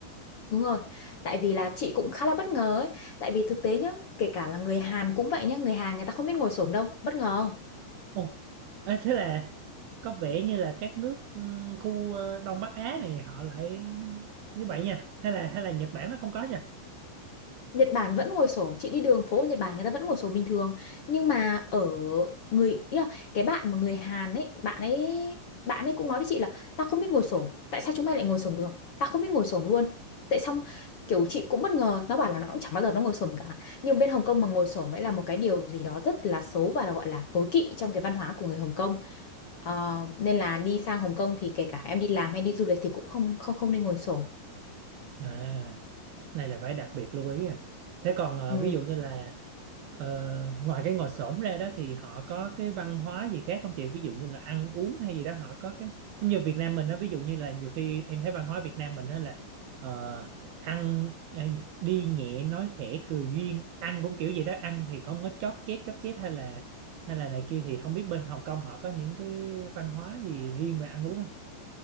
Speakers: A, on the left; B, on the right.
A: đúng rồi tại vì là chị cũng khá là bất ngờ ấy tại vì thực tế nhá kể cả là người Hàn cũng vậy nhá người Hàn người ta không biết ngồi xổm đâu bất ngờ không
B: Ồ, Ê, thế là có vẻ như là các nước ừm, khu ờ, Đông Bắc Á này họ lại như vậy nha hay là hay là Nhật Bản nó không có nha
A: Nhật Bản vẫn ngồi xổm chị đi đường phố ở Nhật Bản người ta vẫn ngồi xổm bình thường nhưng mà ở người ý là cái bạn mà người Hàn ấy bạn ấy bạn ấy cũng nói với chị là ta không biết ngồi xổm tại sao chúng mày lại ngồi xổm được ta không biết ngồi xổm luôn tại xong kiểu chị cũng bất ngờ nó bảo là nó cũng chẳng bao giờ nó ngồi xổm cả nhưng bên Hồng Kông mà ngồi xổm ấy là một cái điều gì đó rất là xấu và là gọi là tối kỵ trong cái văn hóa của người Hồng Kông Ờ, nên là đi sang Hồng Kông thì kể cả em đi làm hay đi du lịch thì cũng không không không nên ngồi xổm
B: à. này là phải đặc biệt lưu ý rồi thế còn ờ,
A: Ừ,
B: ví dụ như là ờ, ngoài cái ngồi xổm ra đó thì họ có cái văn hóa gì khác không chị ví dụ như là ăn uống hay gì đó họ có cái giống như Việt Nam mình đó ví dụ như là nhiều khi em thấy văn hóa Việt Nam mình đó là ờ, ăn ê, đi nhẹ nói khẽ cười duyên ăn cũng kiểu gì đó ăn thì không có chóp chép chóp chép hay là hay là này kia thì không biết bên Hồng Kông họ có những cái văn hóa gì riêng về ăn uống không